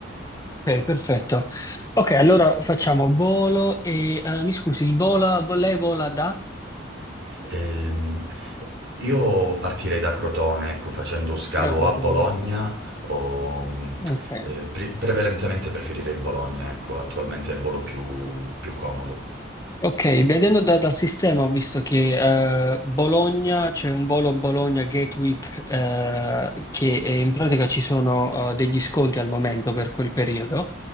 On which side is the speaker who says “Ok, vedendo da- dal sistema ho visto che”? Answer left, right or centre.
Left